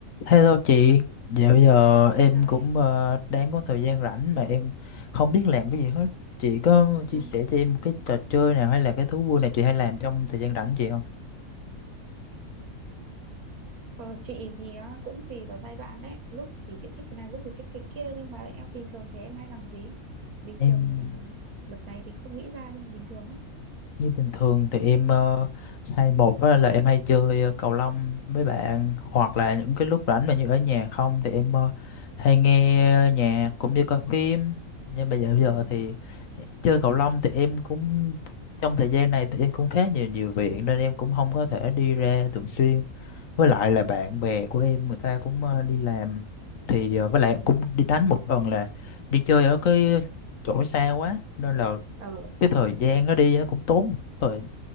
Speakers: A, on the left (about 65°); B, on the right (about 85°).
A: Hello chị, dạo giờ
B: Ôi
A: em
B: trời
A: cũng
B: em.
A: ờ, đang có thời gian rảnh mà em không biết làm cái gì hết. Chị có chia
B: ừ.
A: sẻ cho em một cái trò chơi nào hay là cái thú vui nào chị hay làm trong thời gian rảnh chị không?
B: Ờ, chị thì á, cũng tùy vào giai đoạn đấy lúc thì chị thích cái này lúc thì thích cái kia nhưng mà em bình thường thì em hay làm gì bình
A: Em
B: thường ừ, đợt này thì không nghĩ ra nhưng mà bình thường á
A: Như bình thường thì em ờ, hay một á là em hay chơi ờ, cầu lông với bạn hoặc là những cái lúc rảnh mà như ở nhà không thì em ờ, hay nghe nhạc cũng như coi phim nhưng mà dạo giờ
B: ừ
A: thì chơi cầu lông thì em cũng trong thời gian này thì em cũng khá nhiều nhiều việc nên em cũng không có thể đi ra thường xuyên với lại
B: ừ
A: là bạn bè của em người ta cũng ờ, đi làm thì ờ, với lại
B: ừ
A: cũng đi đánh một phần là đi chơi ở cái chỗ xa quá nên là
B: ờ
A: cái thời gian nó đi nó cũng tốn một thời,